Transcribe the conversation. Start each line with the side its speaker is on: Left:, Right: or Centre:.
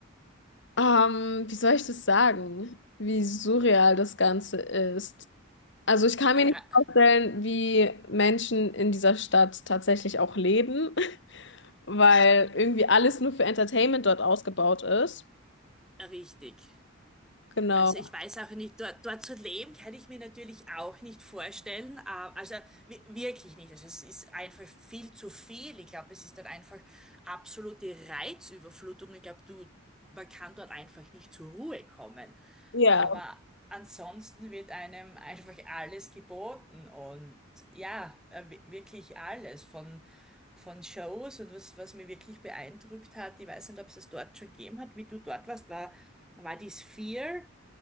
Left: ähm, wie soll ich das sagen, wie surreal das Ganze ist. Also ich kann
Centre: Ja,
Left: mir nicht vorstellen, wie Menschen in dieser Stadt tatsächlich auch leben, <laughs> weil irgendwie alles nur für Entertainment dort ausgebaut ist.
Centre: richtig.
Left: Genau.
Centre: Also ich weiß auch nicht, dort, dort zu leben kann ich mir natürlich auch nicht vorstellen. äh, Also wi- wirklich nicht. Also es ist einfach viel zu viel. Ich glaube, es ist dort einfach absolute Reizüberflutung. Ich glaube, du, man kann dort einfach nicht zur Ruhe kommen.
Left: Ja.
Centre: Aber ansonsten wird einem einfach alles geboten und ja, äh, wi- wirklich alles von von Shows und was, was mir wirklich beeindruckt hat, ich weiß nicht, ob es es dort schon gegeben hat, wie du dort warst, war, war die Sphere.